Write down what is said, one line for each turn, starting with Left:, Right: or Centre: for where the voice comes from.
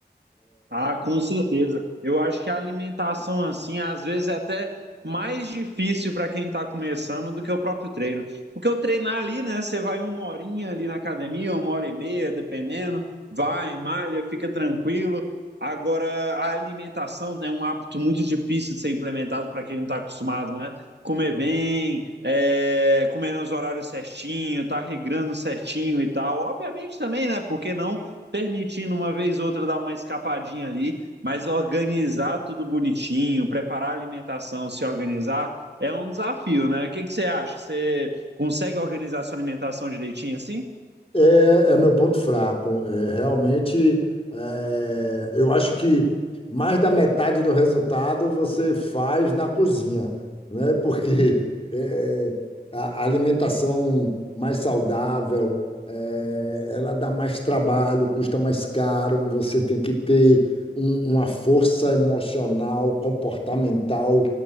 Right: Ah, com certeza. Eu acho que a alimentação, assim, às vezes é até mais difícil para quem está começando do que o próprio treino. Porque o treinar ali, né? Você vai uma horinha ali na academia, uma hora e meia, dependendo, vai, malha, fica tranquilo. Agora, a alimentação né, é um hábito muito difícil de ser implementado para quem não está acostumado, né? Comer bem, é, comer nos horários certinho, tá regrando certinho e tal. Obviamente também, né? Por que não? permitindo uma vez ou outra dar uma escapadinha ali, mas organizar tudo bonitinho, preparar a alimentação, se organizar, é um desafio, né? O que que você acha? Você consegue organizar a sua alimentação direitinho assim?
Left: É, é meu ponto fraco. É, realmente, é, eu acho que mais da metade do resultado você faz na cozinha, né? Porque é, a a alimentação mais saudável, é, ela dá mais trabalho, custa mais caro, você tem que ter um- uma força emocional, comportamental